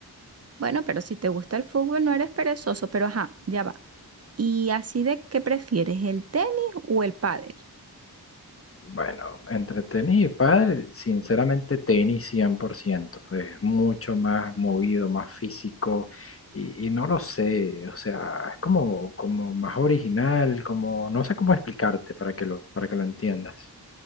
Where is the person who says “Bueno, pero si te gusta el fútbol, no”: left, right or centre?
Right